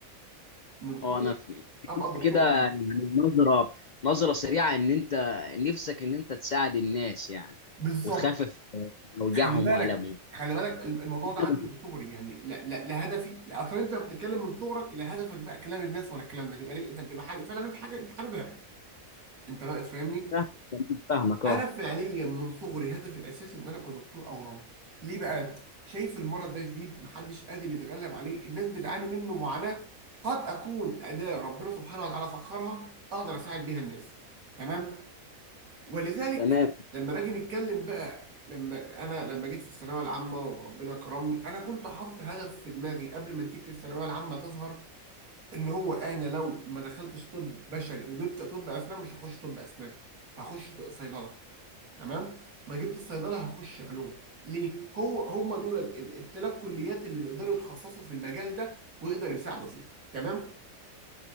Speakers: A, on the right; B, on the left.
A: من
B: اه
A: صغري
B: انا ف-
A: ابقى دكتور
B: كده يعني
A: اورام
B: نظره نظره سريعه ان انت نفسك ان انت تساعد الناس يعني
A: بالظبط
B: وتخفف آه، اوجاعهم
A: خلي بالك
B: والامهم
A: خلي بالك الم- الموضوع ده
B: أنا
A: عندي من صغري يعني لا لا لا هدفي لا اصلا انت بتتكلم من صغرك لا هدفك بقى كلام الناس ولا الكلام ده تبقى لك- انت بتبقى حاجه فعلا انت حاجه انت حاببها انت بقى تفهمني
B: فاهم- <laughs> فاهمك اه
A: انا فعليا من صغري هدفي الاساسي ان انا ابقى دكتور اورام ليه بقى شايف المرض ده جديد محدش قادر يتغلب عليه الناس بتعاني منه معاناة قد اكون اداة ربنا سبحانه وتعالى سخرها اقدر اساعد بيها الناس تمام ولذلك
B: تمام
A: لما نيجي نتكلم بقى لما انا لما جيت في الثانويه العامه وربنا كرمني انا كنت حاطط هدف في دماغي قبل ما نتيجه الثانويه العامه تظهر ان هو انا لو ما دخلتش طب بشري وجبت طب اسنان مش هخش طب اسنان هخش صيدله تمام ما جبت الصيدله هخش علوم ليه هو هم دول ال- ال- التلات كليات اللي بيقدروا يتخصصوا في المجال ده ويقدروا يساعدوا فيه تمام